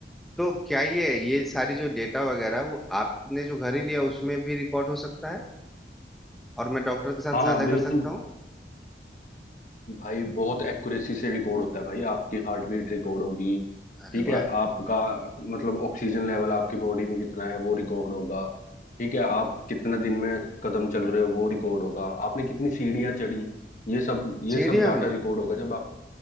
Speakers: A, in the centre; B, on the left.
A: तो क्या ये ये सारी जो डेटा वगैरह वो आपने जो घर ही लिया उसमें भी रिकॉर्ड हो सकता है और मैं डॉक्टर के साथ
B: हाँ
A: साझा
B: बिल्कुल
A: कर सकता हूँ
B: भाई बहुत एक्यूरेसी से रिकॉर्ड होता है भाई आपकी हार्ट बीट रिकॉर्ड होगी
A: अरे
B: ठीक
A: वाह
B: है आपका मतलब ऑक्सीजन लेवल आपकी बॉडी में कितना है वो रिकॉर्ड होगा ठीक है आप कितना दिन में कदम चल रहे हो वो रिकॉर्ड होगा आपने कितनी सीढ़ियां चढ़ी ये सब ये
A: सीढ़ियाँ
B: सब डाटा
A: भी
B: रिकॉर्ड होगा जब आप